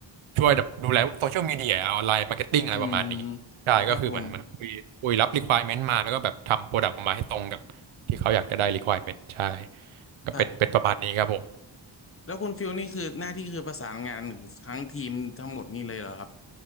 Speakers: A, on the right; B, on the left.
A: ช่วยแบบดูแลพวกโซเชียลมีเดียออนไลน์มาร์เก็ตติ้งอะไรประมาณนี้ใช่ก็คือเหมันเหมันคุยคุยรับ
B: อืมครับผม
A: requirement มาแล้วก็แบบทำโปรดักต์ออกมาให้ตรงกับที่เขาอยากจะได้ requirement ใช่ก็เป็นเป็นประมาณนี้ครับผม
B: ครับ แล้วคุณฟิลนี่คือหน้าที่คือประสานงานทั้งทีมทั้งหมดนี่เลยเหรอครับ